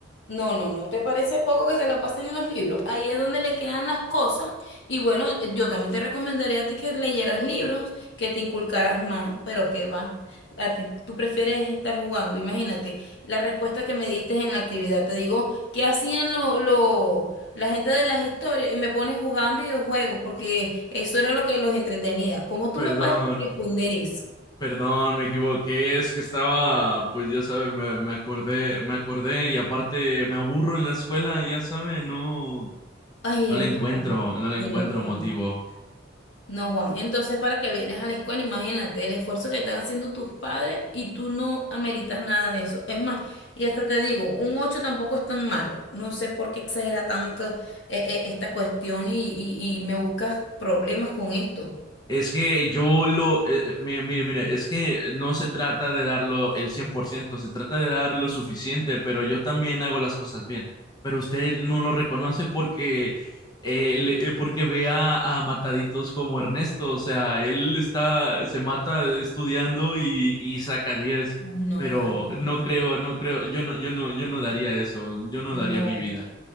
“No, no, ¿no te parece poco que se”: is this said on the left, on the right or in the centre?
Left